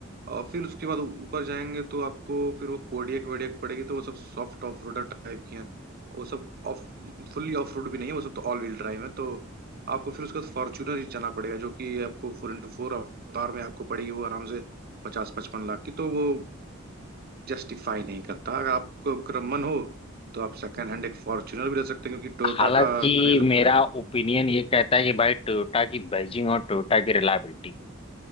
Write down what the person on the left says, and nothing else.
हालांकि
मेरा ओपिनियन ये कहता है कि भाई टोयोटा की बैजिंग और टोयोटा की रिलायबिलिटी